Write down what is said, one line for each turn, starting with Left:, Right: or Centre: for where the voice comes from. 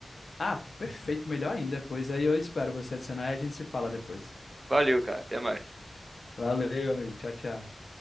Left: Ah, perfeito, melhor ainda. Pois aí eu espero você adicionar e a gente se fala depois.
Right: Valeu, cara. Até mais.
Left: Valeu, amigo. Tchau, tchau.